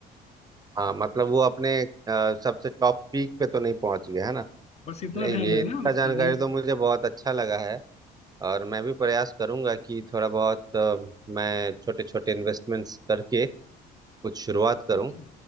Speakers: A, on the right (about 25°); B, on the left (about 40°).
A: हाँ मतलब वो अपने अ, सबसे टॉप पीक पे तो नहीं पहुंच गया है ना
B: बस इतना
A: ले ये
B: ध्यान रहना
A: इतना
B: नहीं
A: जानकारी तो मुझे बहुत अच्छा लगा है और मैं भी प्रयास करूंगा कि थोड़ा बहुत अ, मैं छोटे छोटे इन्वेस्टमेंट्स करके कुछ शुरुआत करूं
B: ठीक है